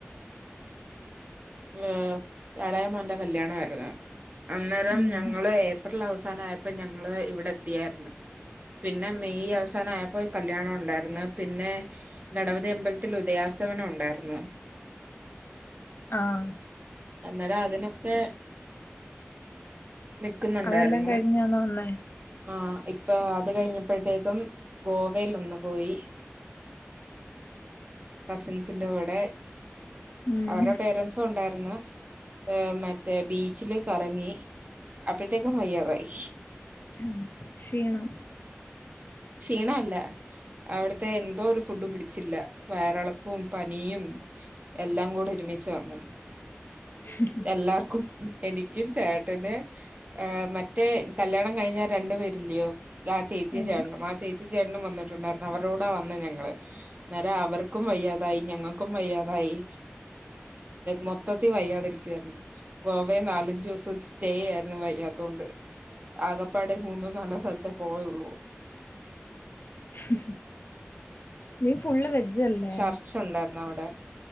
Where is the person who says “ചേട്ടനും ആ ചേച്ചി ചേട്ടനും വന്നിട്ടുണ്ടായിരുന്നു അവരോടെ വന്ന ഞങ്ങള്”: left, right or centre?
Right